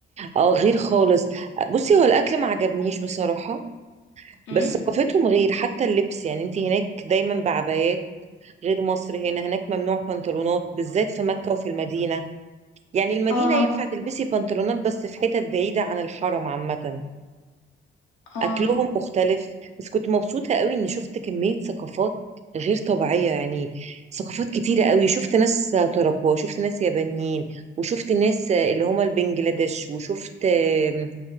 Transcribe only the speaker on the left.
مم.
اه
اه